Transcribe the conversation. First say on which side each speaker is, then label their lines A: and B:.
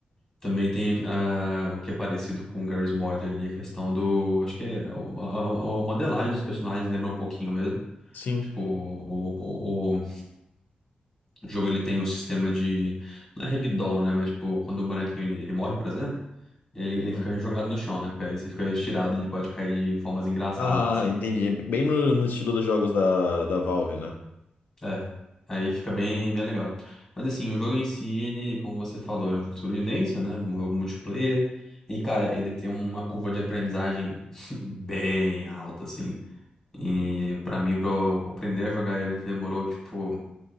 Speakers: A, on the left; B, on the left.
A: Também tem ah, o que é parecido com o Garry's Mod ali, a questão do. Acho que é a, a- a modelagem dos personagens lembra um pouquinho mesmo.
B: Sim.
A: Tipo, o, o, o jogo ele tem o sistema de. Não é ragdoll, né? Mas, tipo, quando o bonequinho ele, ele morre, por exemplo, ele, ele
B: Hum.
A: fica jogado no chão, né? Aí você fica estirado, ele pode cair de formas engraçadas,
B: Ah,
A: assim.
B: entendi. Bem no, no estilo dos jogos da, da Valve, né?
A: É, aí fica bem, bem legal. Mas assim, o jogo em si, ele, como você falou, é um jogo de sobrevivência, né? Um jogo multiplayer. E, cara, ele tem uma curva de aprendizagem <laughs> bem alta, assim. E pra mim, pra eu aprender a jogar ele, demorou, tipo,